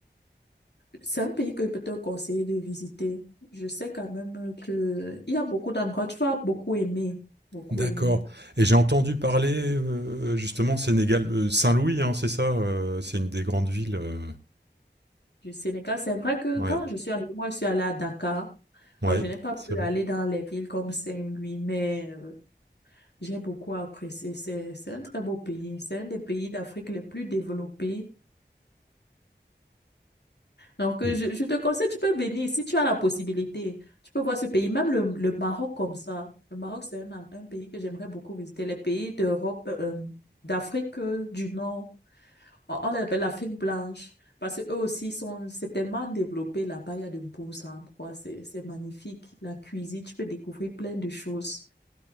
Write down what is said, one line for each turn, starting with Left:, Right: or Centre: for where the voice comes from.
Left: c'est un pays que je peux te conseiller de visiter. Je sais quand même que il y a beaucoup d'endroits, tu vas beaucoup aimer, beaucoup
Right: D'accord.
Left: aimer
Right: Et j'ai entendu parler, euh, justement, Sénégal... euh, Saint-Louis, hein, c'est ça euh, C'est une des grandes villes. euh,
Left: du Sénégal. C'est vrai que
Right: Ouais,
Left: quand je suis arrivée, moi, je suis allée à Dakar,
Right: ouais,
Left: donc je n'ai pas pu
Right: c'est bien.
Left: aller dans les villes comme Saint-Louis, mais euh, j'ai beaucoup apprécié. C'est, c'est un très beau pays. C'est un des pays d'Afrique les plus développés Donc, euh,
Right: Et-
Left: je, je te conseille, tu peux venir si tu as la possibilité. Tu peux voir ce pays, même le, le Maroc comme ça. Le Maroc, c'est un, un pays que j'aimerais beaucoup visiter. Les pays d'Europe, euh, euh, d'Afrique euh, du Nord, on, on les appelle l'Afrique blanche, parce que eux aussi sont, c'est tellement développé là-bas, il y a de beaux endroits, c'est, c'est magnifique. La cuisine, tu peux découvrir plein de choses.